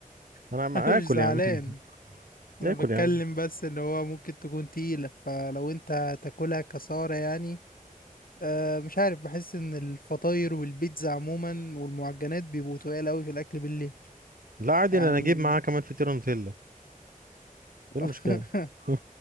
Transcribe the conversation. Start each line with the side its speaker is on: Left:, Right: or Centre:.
Right: انا
Left: <laughs>
Right: ما
Left: انا
Right: اكل
Left: مش زعلان
Right: يا عم <laughs>
Left: انا
Right: اكل
Left: بتكلم
Right: يا عم
Left: بس اللي هو ممكن تكون تقيلة فلو انت تاكلها كسارة يعني أه مش عارف بحس ان الفطاير والبيتزا عموما والمعجنات بيبقوا تقال اوي في الاكل بالليل
Right: لا عادي
Left: يعني
Right: انا اجيب معاه كمان فطيرة نوتيلا
Left: <laughs>
Right: ايه المشكلة <laughs>